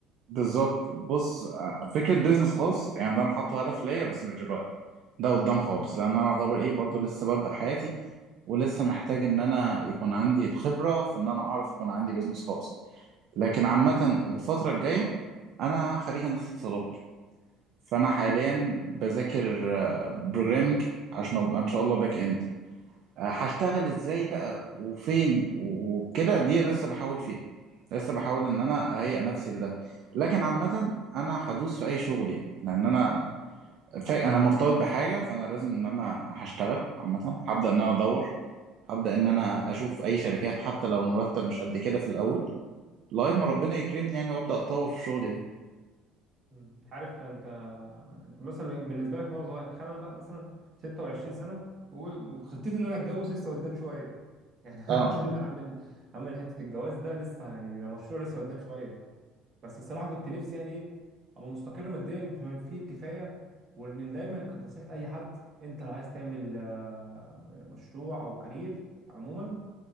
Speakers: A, on the right; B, on the right.
A: بالظبط بص ع- فكرة بيزنس خاص يعني ده أنا حاطه هدف ليا بس مش دلوقتي ده قدام خالص لأن أنا أعتبر إيه برضو لسه ببدأ حياتي ولسه محتاج إن أنا يكون عندي الخبرة في إن أنا أعرف يكون عندي بيزنس خاص لكن عامة الفترة الجاية أنا خريج هندسة اتصالات فأنا حاليا بذاكر بروجرامنج عشان أبقى إن شاء الله باك إند آه، هشتغل ازاي بقى وفين وكده دي لسه بحاول فيها لسه بحاول ان انا اهيئ نفسي لده لكن عامة انا هدوس في اي شغل يعني لان انا فا... انا مرتبط بحاجة فانا لازم ان انا هشتغل عامة هبدأ ان انا ادور هبدأ ان انا اشوف اي شركات حتى لو المرتب مش قد كده في الاول لغاية ما ربنا يكرمني يعني وابدأ اتطور في شغلي ده
B: مم. انت عارف انت انت مثلا بالنسبة لك بقى صغير تخيل انا بقى مثلا 26 سنة و- وخطتي ان انا اتجوز لسه قدام شوية يعني <laughs> انا
A: اه
B: عامل عامل عامل حتة الجواز ده لسه يعني ده مشروع لسه قدام شوية بس الصراحه كنت نفسي يعني ايه ابقى مستقر ماديا بما فيه الكفايه وان دايما كانت نصيحه اي حد انت لو عايز تعمل آه، مشروع او كارير عموما